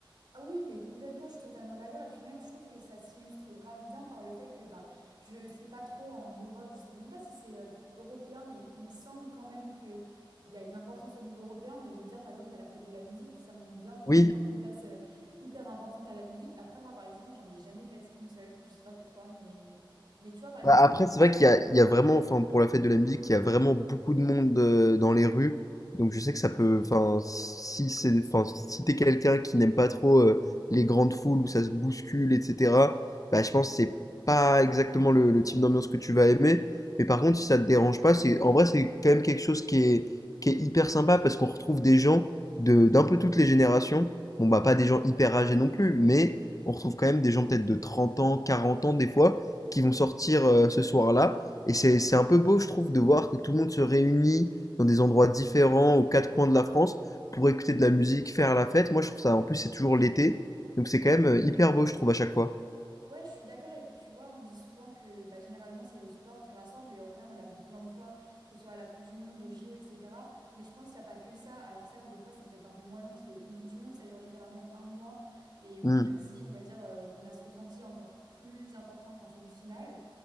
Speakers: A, on the right; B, on the left.
A: Ah oui, mais complètement, je suis totalement d'accord. Et puis même, je trouve que ça s'illustre grave bien par le fait que bah, je sais pas trop en Europe, je sais même pas si c'est euh, européen, mais il me semble quand même que il y a une importance au niveau européen. Mais je veux dire, par exemple, il y a la fête de la musique, ça montre bien qu'on
B: Oui.
A: accorde une place euh, hyper importante à la musique. Après, moi, par exemple, j'en ai jamais faite une seule. Je sais pas pourquoi, mais mais tu vois, par exemple.
B: Bah, après, c'est vrai qu'il y a, il y a vraiment, enfin, pour la fête de la musique, il y a vraiment beaucoup de monde euh, dans les rues. Donc, je sais que ça peut, enfin, si c'est, enfin, si t'es quelqu'un qui n'aime pas trop euh, les grandes foules où ça se bouscule, etc., bah, je pense que c'est pas exactement le, le type d'ambiance que tu vas aimer. Mais par contre, si ça te dérange pas, c'est, en vrai, c'est quand même quelque chose qui est, qui est hyper sympa parce qu'on retrouve des gens de, d'un peu toutes les générations. Bon, bah, pas des gens hyper âgés non plus, mais on retrouve quand même des gens peut-être de 30 ans, 40 ans des fois qui vont sortir euh, ce soir-là. Et c'est c'est un peu beau, je trouve, de voir que tout le monde se réunit dans des endroits différents, aux quatre coins de la France, pour écouter de la musique, faire la fête. Moi, je trouve ça, en plus, c'est toujours l'été. Donc, c'est quand même euh, hyper beau, je trouve, à chaque fois.
A: Ouais, je suis d'accord. Et puis tu vois, on dit souvent que bah, généralement c'est le sport qui rassemble. Et en vrai, on l'a vu plein de fois, que ce soit à la Coupe du Monde, au JO, etc. Mais je pense qu'il n'y a pas que ça. Alors certes, des fois c'est peut-être un peu moins long parce qu'une Coupe du Monde, ça dure littéralement un mois. Et bon,
B: Mm,
A: même si on va dire, euh, on a ce ressenti encore plus important quand c'est une finale.